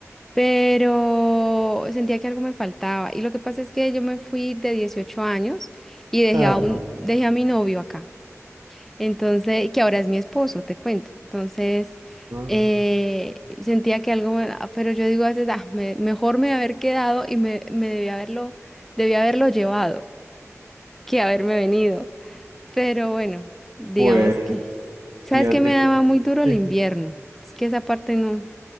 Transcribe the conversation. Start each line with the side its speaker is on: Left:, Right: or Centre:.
Centre: pero sentía que algo me faltaba. Y lo que pasa es que yo me fui de 18 años y dejé
Right: Ah,
Centre: a un,
Right: vale.
Centre: dejé a mi novio acá. Entonces, que ahora es mi esposo, te cuento. Entonces,
Right: Ah.
Centre: eh, sentía que algo, me- ah, pero yo digo a veces, "Ah, me- mejor me haber quedado y me, me debí haberlo, debí haberlo llevado que haberme venido. Pero bueno, digamos
Right: Pues
Centre: que,
Right: fíjate,
Centre: ¿sabes qué me daba muy duro el
Right: sí,
Centre: invierno? Es que esa parte no,